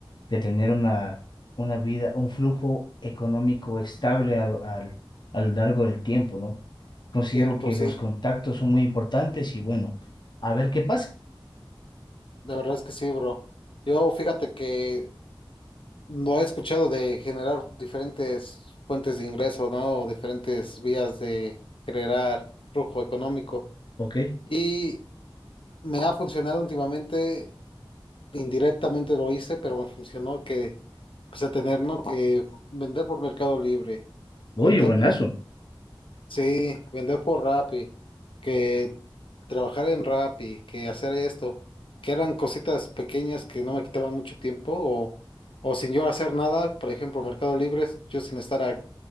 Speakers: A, on the left; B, on the left.
A: de tener una, una vida, un flujo económico estable a, al- a lo largo del tiempo, ¿no? Considero
B: Cierto,
A: que
B: sí.
A: los contactos son muy importantes y bueno, a ver qué pasa.
B: La verdad es que sí, bro. Yo fíjate que no he escuchado de generar diferentes fuentes de ingreso, ¿no? O diferentes vías de generar flujo económico.
A: Ok.
B: Y me ha funcionado últimamente indirectamente lo hice, pero me funcionó que, pues, a tener, ¿no? Que vender por Mercado Libre,
A: Oye,
B: vender
A: buenazo.
B: por, sí, vender por Rappi, que trabajar en Rappi, que hacer esto, que eran cositas pequeñas que no me quitaban mucho tiempo, o, o sin yo hacer nada, por ejemplo, Mercado Libre, yo sin estar a-